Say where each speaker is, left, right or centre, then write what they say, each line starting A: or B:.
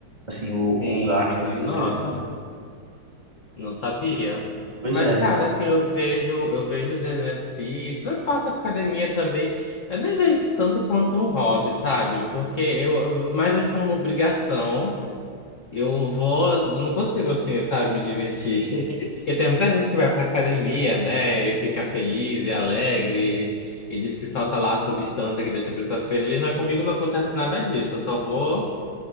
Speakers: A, on the right; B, on the left.
A: Assim, o,
B: sim,
A: o gasto
B: sim.
A: que
B: Nossa,
A: você tem.
B: não sabia.
A: Pois
B: Mas,
A: é.
B: cara, assim, eu vejo, eu vejo os exercícios, eu faço academia também. Eu nem vejo isso tanto quanto um hobby, sabe? Porque eu, eu mais vejo como uma obrigação. Eu vou, eu não consigo assim, sabe, me divertir. <laughs> Porque tem muita gente que vai pra academia, né, e fica feliz e alegre, e diz que solta lá a substância que deixa a pessoa feliz, mas comigo não acontece nada disso. Eu só vou